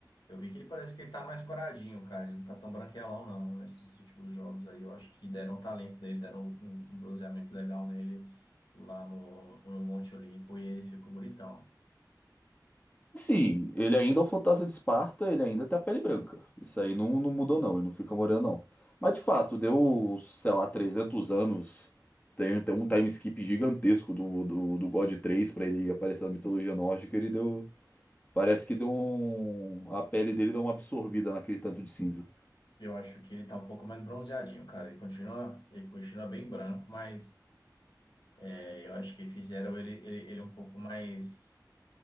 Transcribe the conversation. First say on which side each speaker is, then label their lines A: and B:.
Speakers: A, on the left; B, on the left.
A: Eu vi que ele parece que ele tá mais coradinho, cara. Ele não tá tão branquelão, não, nesses últimos jogos aí. Eu acho que deram um talento nele, deram um, um bronzeamento legal nele lá no, no Monte Olimpo e ele ficou bonitão.
B: Sim, ele ainda é o fantasma de Esparta, ele ainda tem a pele branca. Isso aí não, não mudou, não, ele não fica moreno, não. Mas de fato, deu, sei lá, 300 anos. Tem, tem um time skip gigantesco do, do, do God três pra ele aparecer na mitologia nórdica. Ele deu, Parece que deu um. A pele dele deu uma absorvida naquele tanto de cinza.
A: Eu acho que ele tá um pouco mais bronzeadinho, cara. Ele continua, ele continua bem branco, mas. É, eu acho que fizeram ele, ele, ele um pouco mais,